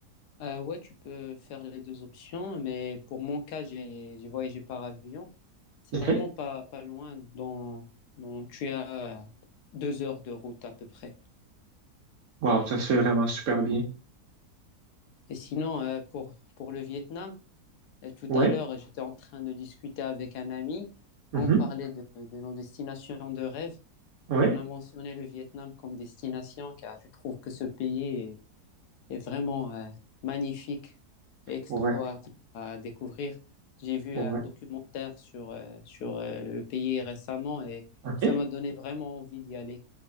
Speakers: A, on the left; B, on the right.
A: Euh, ouais, tu peux faire les deux options, mais pour mon cas, j'ai j'ai voyagé par avion. C'est
B: OK.
A: vraiment pas, pas loin. Dans, dans- tu as euh, deux heures de route à peu près.
B: Wow, ça se fait vraiment super bien.
A: Et sinon, euh, pour, pour le Vietnam, euh, tout
B: Ouais.
A: à l'heure, j'étais en train de discuter avec un ami.
B: Mhm.
A: On parlait de, de nos destinations de rêve
B: Ouais.
A: et on a mentionné le Vietnam comme destination car je trouve que ce pays est, est vraiment euh, magnifique et extraordinaire
B: Ouais.
A: à découvrir. J'ai vu
B: Ouais.
A: un documentaire sur, euh, sur euh, le pays récemment et
B: OK.
A: ça m'a donné vraiment envie d'y aller.